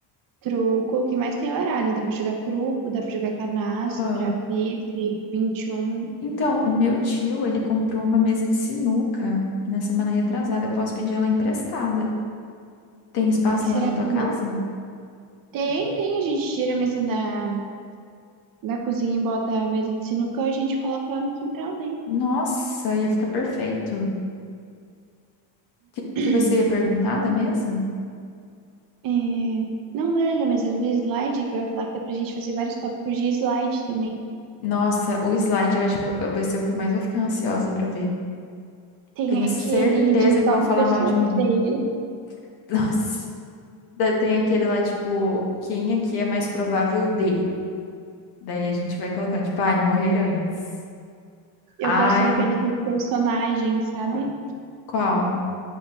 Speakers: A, on the right; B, on the left.
A: Truco, o que mais tem é baralho. Dá pra jogar truco, dá pra jogar canastra,
B: Ah.
A: pife, 21. E um.
B: Então, o meu tio, ele comprou uma mesa de sinuca na semana retrasada. Eu posso pedir ela emprestada. Tem espaço
A: E
B: lá
A: será
B: na tua
A: que
B: casa?
A: tem, tem, a gente tira a mesa da, da cozinha e bota a mesa de sinuca e a gente coloca lá no quintal, né?
B: Nossa, ia ficar perfeito. O que,
A: <clears throat>
B: que você ia perguntar da mesa?
A: É, não era, mas era do slide, que eu ia falar que dá pra gente fazer vários tópicos de slide também.
B: Nossa, o slide eu acho que eu- eu- vai ser o que eu mais vou ficar ansiosa pra ver.
A: Tem
B: Tenho
A: aquele
B: certeza
A: de
B: que
A: top
B: vão falar
A: pessoas
B: mal de mim.
A: feias.
B: <laughs> Nossa. Daí Tem aquele lá, tipo, quem aqui é mais provável de? Daí a gente vai colocando, tipo, ai, morrer antes.
A: Eu
B: Ai,
A: gosto daquele dos personagens, sabe?
B: qual?